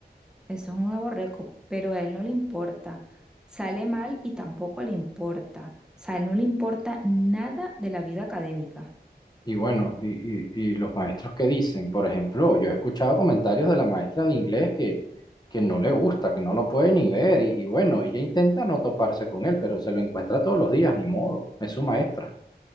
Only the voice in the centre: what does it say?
Eso es un aborreco, pero a él no le importa. Sale mal y tampoco le importa. O sea, a él no le importa nada de la vida académica.